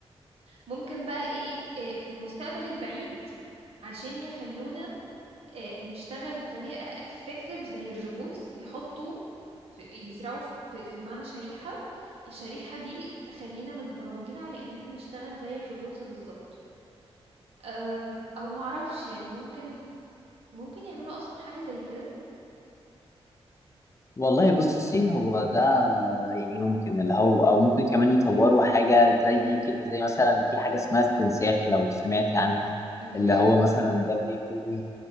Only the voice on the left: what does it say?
والله بصي هو ده يعني ممكن اللي هو او ممكن كمان يطوروا حاجه زي كده زي مثلا في حاجه اسمها استنساخ لو سمعتي عنها
اللي هو مثلا ده بيكون